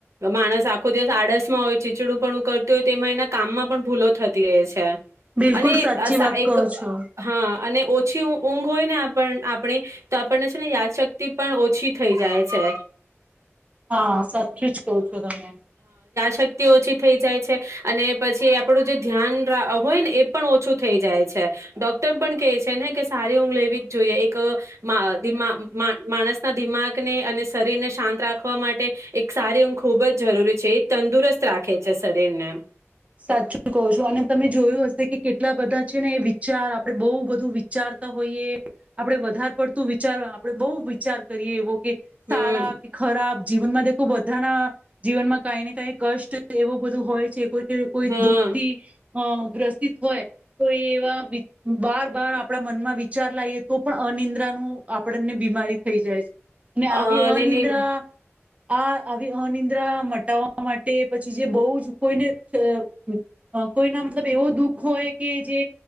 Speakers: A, on the right (about 80°); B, on the right (about 30°).
A: માણસ આખો દિવસ આડસમાં હોય, ચીચડુંપણું કરતું હોય તો એમાં એના કામમાં પણ ભૂલો થતી રહે છે.
B: બિલકુલ
A: અને
B: સાચી
A: આ સા
B: વાત
A: એક
B: કહો છો.
A: હા અને ઓછી ઊ ઊંઘ હોય ને આપણ આપણી તો આપણને છે ને યાદશક ક્તિ પણ ઓછી થઈ જાય છે.
B: હા સાચું જ કહો છો તમે.
A: શક્તિ ઓછી થઈ જાય છે, અને પછી આપણું જે ધ્યાન રા હોય ને એ પણ ઓછું થઈ જાય છે. ડોક્ટર પણ કહે છે ને કે સારી ઊંઘ લેવી જ જોઈએ. એક અહ મા દિ મા-મા માણસના દિમાગને અને શરીરને શાંત રાખવા માટે એક સારી ઊંઘ ખૂબ જ જરૂરી છે, એ તંદુરસ્ત રાખે છે શરીરને એમ.
B: સાચું કહો છો, અને તમે જોયું હશે કે કેટ લા બધા છે ને એ વિચાર આપડે બહુ બધું વિચારતા હોઈએ, આપડે વધાર પડતું વિચાર આપડે બહુ વિચાર કરીએ એવો કે સારા
A: હમ
B: કે ખરાબ જીવનમાં <unintelligible> બધાના જીવનમાં કાઈ ને કઈ કષ્ટ એવું બધું હોય છે કોઈ દિ કોઈ
A: હા
B: દુખતી અહ ગ્રસિત હોય, તો એ એવા વિ બાર-બાર આપણા મનમાં વિચાર લાઈએ તો પણ અનિદ્રાનું આપણને બીમારી થઈ જાય છે. ને આવી
A: હા
B: અનિંદ્રા
A: ને ને
B: આ આવી અનિંદ્રા મટાવવા માટે પછી જે બહું જ કોઈને <unintelligible> અહ કોઈના મતલબ એવો દુઃખ હોય કે જે